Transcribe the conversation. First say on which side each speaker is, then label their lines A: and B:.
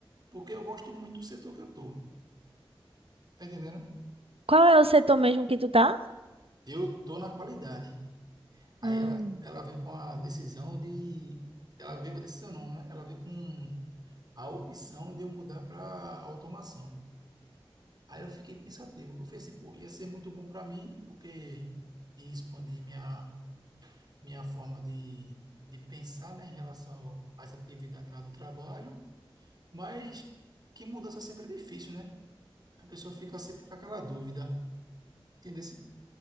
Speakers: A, on the right (about 45°); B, on the right (about 85°).
A: Porque eu gosto muito do setor que eu tô. Tá entendendo?
B: Qual é o setor mesmo que tu tá?
A: Eu tô na qualidade. Aí
B: Hum,
A: ela, ela veio com a decisão de. Ela veio com a decisão, não, né? Ela veio com a opção de eu mudar para automação. Aí eu fiquei pensativo. Eu falei assim, pô, ia ser muito bom para mim, porque ia expandir minha, minha forma de, de pensar, né, em relação às atividades lá do trabalho. Mas que mudança sempre é difícil, né? A pessoa fica sempre com aquela dúvida. Entendeu?